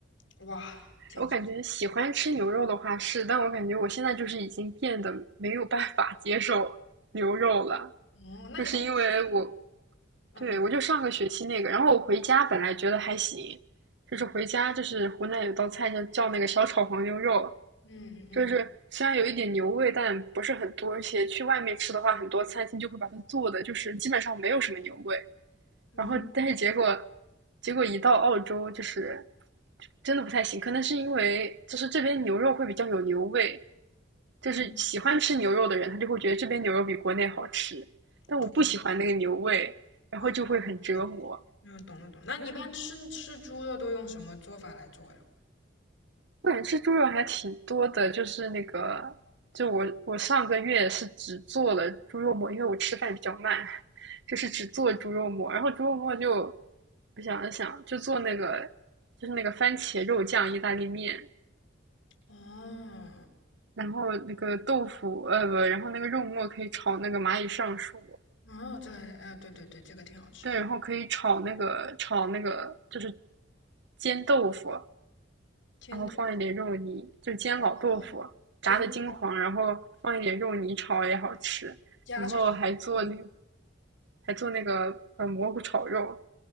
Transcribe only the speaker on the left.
哇，简直！
哦，那一般吃，
嗯
嗯嗯
嗯
嗯，
对，
啊，对嗯，懂了懂了。那你一般吃吃猪肉都用什么做法来做呀？
哦，
哦，这还，哎，对对对，这个挺好吃，
煎炖
哦，
就是那个
家常。
哦，